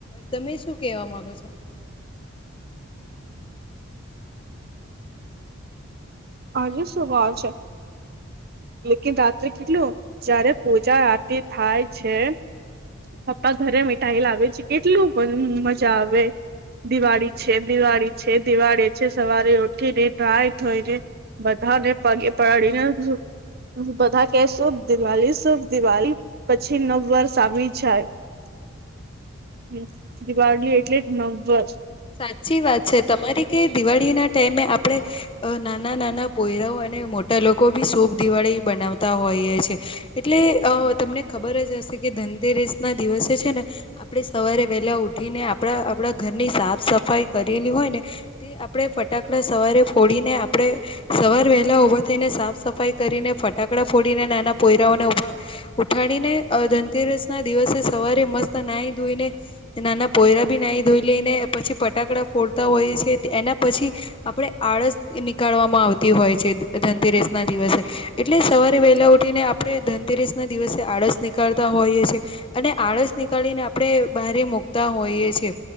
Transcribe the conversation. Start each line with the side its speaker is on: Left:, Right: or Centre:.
Left: તમે શું કેવા માંગો છો.
Right: હજુ
Left: હેલો
Right: શું વાવ છે. લેકિન રાત્રે કેટલું જયારે પૂજા આરતી થાય છે. પપ્પા ઘરે મિટાઈેલાાવે છે કેટલું મજા આવે દિવાળી છે દિવાળી છે દિવાળી છે સવારે ઉઠીને રાાય થઈને બધા ને પગી પડી ને હ બધા કેશું દિવાળી શુભ દિવાળી પછી નવ વર્ષ આવી દિવાળલી એટલે જ નવવર
Left: સાચી વાત છે તમારી કે દિવાળી ના ટાઈમે આપણેે અ નાના નાના પોયરાઓ અને મોટા લોકો બી શોભ દિવાળી બનાવતા હોય એટલે તમને ખબર જ હશે કે ધનતેરેસ ના દિવસે છે ને આપણે સવારે વહેલા ઉઠીને આપણા આપણા ઘરની સાફ સફાઈ કરેલી હોય ને તે આપણે ફટાકડા સવારે ફોડીને આપણે સવાર વહેલા ઉભા થઈને સાફ સફાઈ કરીને ફટાકડા ફોડીને નાના કોયરાઓને ઉભા ઉઠાડીને ધનતેરસ ના દિવસે સવારે મસ્ત નાહી ધોઈને નાના પોયરા બી નાહી ધોઈ લઈને પછી ફટાકડા ફોડતા હોય છે એના પછી. આપણે આળસ નીકળવામાં આવતી હોય છે ધનતેરેસ ના દિવસે એટલે સવારે વહેલા ઉઠીને આપણે ધનતેરસ ના દિવસે આળસ નીકળતા હોઈએ છીએ અને આળસ નીકળીને આપણે બહારે મુૂકતા હોઈએ છેએ